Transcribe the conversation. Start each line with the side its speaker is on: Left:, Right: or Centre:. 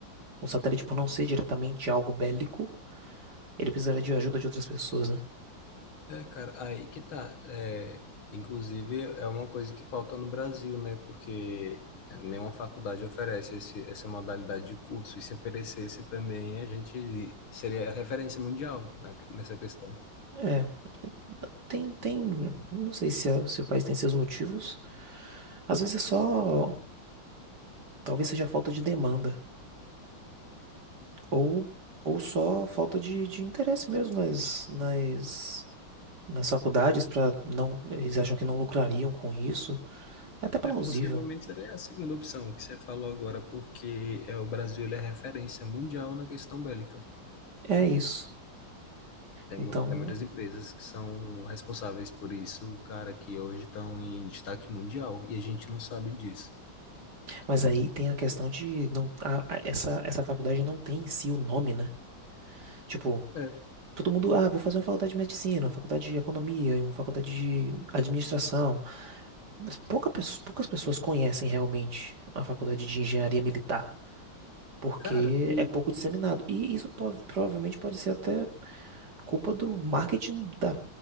Right: O satélite, por não ser diretamente algo bélico, Ele precisaria de ajuda de outras pessoas, né?
Left: É, cara, aí que tá. É, inclusive, é uma coisa que falta no Brasil, né? Porque nenhuma faculdade oferece esse, essa modalidade de curso. E se oferecesse também, a gente seria a referência mundial na- nessa questão.
Right: É, tem, tem, não sei se, é- se o país tem seus motivos. Às vezes é só, talvez seja falta de demanda ou, ou só falta de, de interesse mesmo nas, nas, nas faculdades para não, eles acham que não lucrariam com isso. É até plausível.
Left: É, possivelmente seria a segunda opção que você falou agora, porque é, o Brasil ele é referência mundial na questão bélica.
Right: É isso.
Left: Tem,
Right: Então,
Left: mu- tem muitas empresas que são responsáveis por isso, cara, que hoje estão em destaque mundial, e a gente não sabe disso.
Right: Mas aí tem a questão de não, a- a- essa, essa faculdade não tem em si o nome, né? Tipo,
Left: É,
Right: todo mundo, ah, vou fazer uma faculdade de medicina, uma faculdade de economia, uma faculdade de administração. Mas pouca, pes- poucas pessoas conhecem realmente a faculdade de engenharia militar, porque
Left: cara, e
Right: é pouco disseminado. E isso po- provavelmente pode ser até culpa do marketing da,